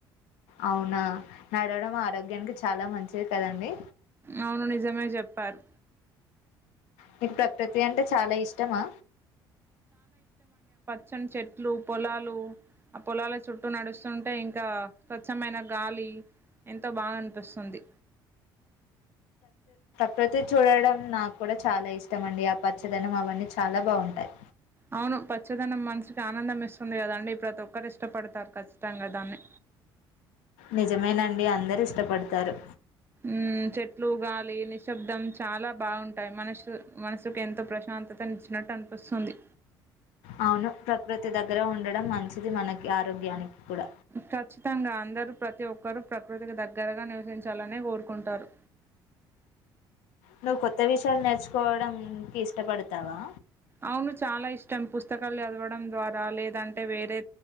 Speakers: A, on the left (about 70°); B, on the right (about 20°).
A: అవునా నడవడం ఆరోగ్యానికి చాలా మంచిది కదండి.
B: అవును నిజమే చెప్పారు.
A: మీకు ప్రకృతి అంటే చాలా ఇష్టమా?
B: చంచట్ లు పొలాలు, ఆ పొలాల చుట్టూ నడుస్తు అంటే ఇంకా స్వచ్ఛమైన గాలి అ బాగా అనిపిస్తుంది.
A: ప్రతిది చూడడం నాకు కూడా చాలా ఇష్టం అండి. ఆ పచ్చదనం అవన్నీ చాలా బాగుంటాయి.
B: అవును పచ్చదనం మనసుకి ఆనందం ఇస్తుంది కదండి. ప్రతి ఒక్కరు ఇష్టపడతారు ఖచ్చితంగా దాన్ని.
A: నిజమేనండి అందరు ఇష్టపడతారు.
B: ఊ చెట్లు గాలి, నిశ్శబ్దం చాలా బాగుంటాయి. మనసు మనసుకు ఎంతో ప్రశాంతత ఇచ్చినట్టు అనిపిస్తుంది.
A: అవును ప్రకృతి దగ్గర ఉండడం మంచిది. మనకి ఆరోగ్యానికి కూడా
B: ఖచ్చితంగా అందరూ ప్రతి ఒక్కరు ప్రకృతికి దగ్గరగా నివసించాలని కోరుకుంటారు.
A: నువ్వు కొత్త విషయాలు నేర్చుకోవడం కి ఇష్టపడతావా.
B: అవును చాలా ఇష్టం పుస్తకాలు చదవడం ద్వారా లేదంటే వేరే